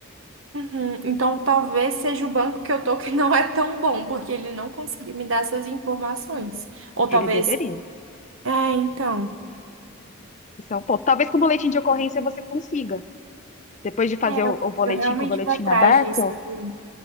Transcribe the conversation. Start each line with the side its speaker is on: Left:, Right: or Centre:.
Right: Uhum. Então, talvez seja o banco que eu tô que não é tão bom, porque ele não conseguiu me dar essas informações. Ou talvez.
Left: Ele deveria.
Right: É, então.
Left: Isso é um ponto. Talvez com o boletim de ocorrência você consiga. Depois de fazer
Right: É,
Left: o,
Right: eu,
Left: o boletim
Right: eu realmente
Left: com o boletim
Right: vou atrás
Left: aberto,
Right: disso, viu?